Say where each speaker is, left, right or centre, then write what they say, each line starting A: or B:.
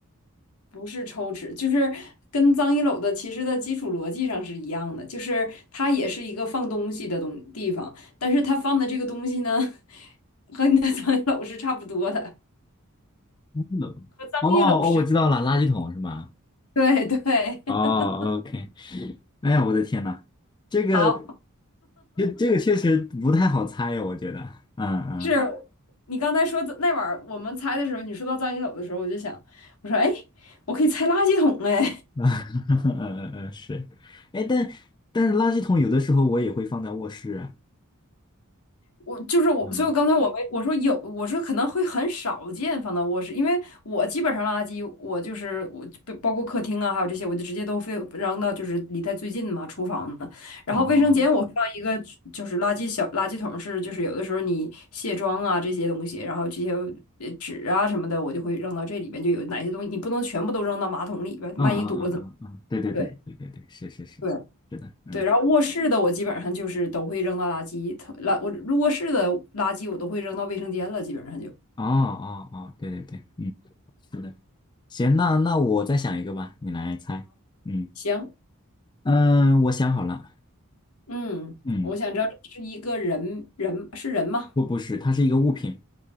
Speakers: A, on the left; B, on the left.
A: 不是抽纸，就是跟脏衣篓的其实的基础逻辑上是一样的，就是它也是一个放东西的东地方，但是它放的这个东西呢，和你的 <laughs> 脏衣篓是差不多的，
B: 嗯
A: 脏衣篓是差，
B: 哦哦，我知道了，垃圾桶是吗？
A: 对对，
B: 哦，OK。
A: <laughs>
B: 哎呀，我的天呐，这个
A: 好。
B: 这这个确实不太好猜呀，我觉得。嗯嗯
A: 是你刚才说那晚儿我们猜的时候，你说到藏经斗的时候，我就想，我说哎，我可以猜垃圾桶哎，
B: <laughs> 嗯嗯嗯，是。哎，但但是垃圾桶有的时候我也会放在卧室啊
A: 我就是我，
B: 嗯，
A: 所以我刚才我没我说有，我说可能会很少见放到卧室，因为我基本上垃圾，我就是我就包括客厅啊，还有这些，我就直接都非扔到就是离它最近嘛厨房的。然后卫生间我会放一个就是垃圾小垃圾桶是，
B: 哦，
A: 就是有的时候你卸妆啊这些东西，然后这些呃纸啊什么的，我就会扔到这里边，就有哪些东西你不能全部都扔到马桶里边，
B: 嗯嗯嗯嗯嗯，
A: 万一堵了怎么？
B: 对对对对对对，
A: 对。
B: 是是是，
A: 对
B: 是的，嗯，
A: 对，然后卧室的我基本上就是都会扔到垃圾桶，垃我入卧室的垃圾我都会扔到卫生间了，基本上就
B: 哦哦哦，对对对，嗯。是的。行，那那我再想一个吧，你来猜。嗯
A: 行。
B: 嗯，呃我想好了。
A: 嗯，
B: 嗯，
A: 我想知道这是一个人人是人吗？
B: 不不是，它是一个物品。